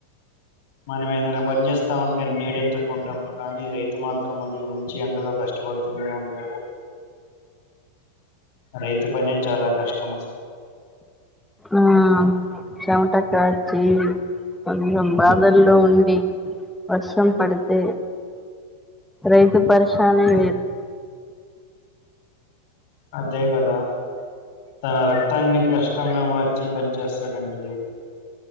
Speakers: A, on the left (about 50°); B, in the centre.
A: మనం ఏదైనా పని చేేస్తా ఉంటే నీడెత్తుకుంటాం కానీ రైతు మాత్రం ఉదయం నుంచి ఎండలో కష్టపడుతూనే ఉంటాడు రైతు పనే చాలా కష్టం అసల్
B: ఆ చెమట కార్చి కొంసం బాదల్లో ఉండి వర్షం పడితే రైతు పరేషనే వేరు
A: అదే కదా తన రక్తాన్ని కష్టంగా మార్చి పనిచేస్తాడండి రైతు